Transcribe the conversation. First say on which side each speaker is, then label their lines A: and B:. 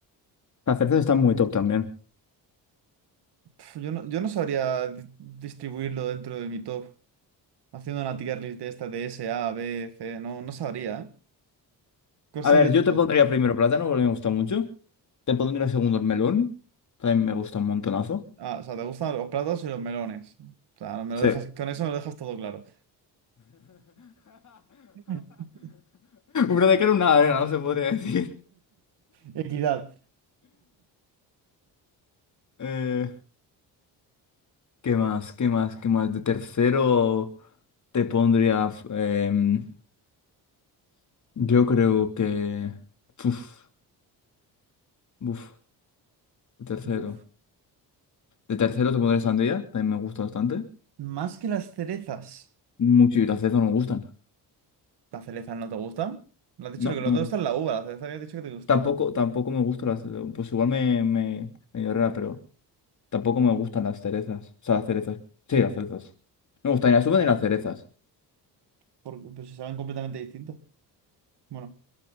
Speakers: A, on the left; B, on the right.
A: Las cerezas están muy top también.
B: Pf, yo no, yo no sabría di- distribuirlo dentro de mi top. Haciendo una tier list de esta de S, A, B, C, no, no sabría, ¿eh? ¿Cuál
A: A
B: sería
A: ver, yo
B: tu top?
A: te pondría primero plátano porque me gusta mucho. Te pondría segundo el melón, también me gusta un montonazo.
B: Ah, o sea, te gustan los plátanos y los melones. O sea, me lo
A: Sí.
B: dejas,
A: <laughs>
B: con eso me lo dejas todo claro. <laughs>
A: Una de cal, una arena, no se podría decir.
B: Equidad.
A: Eh, ¿Qué más? ¿Qué más? ¿Qué más? De tercero te pondría. f- em, yo creo que. Uf, uf, de tercero.
B: Buf.
A: De tercero te pondría sandía, también me gusta bastante.
B: Más que las cerezas.
A: Mucho y las cerezas no me gustan.
B: ¿La cereza no te gusta? ¿La has dicho
A: No,
B: que lo
A: no
B: que no
A: me
B: te
A: gustan.
B: gusta es la uva, la cereza que has dicho que te gustaba.
A: Tampoco, tampoco me gustan las. Pues igual me, me, me llorará, pero tampoco me gustan las cerezas. O sea, las cerezas. Sí, las cerezas. No Me gustan ni las uvas ni las cerezas.
B: Por- pues si saben completamente distintos. Bueno.